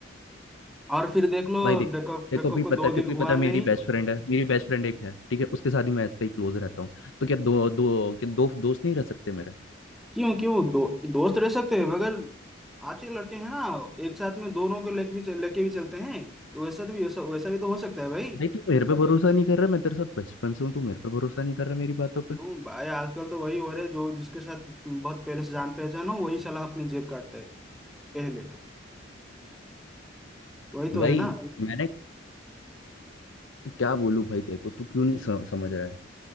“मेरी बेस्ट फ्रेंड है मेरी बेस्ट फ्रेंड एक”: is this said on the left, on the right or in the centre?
Left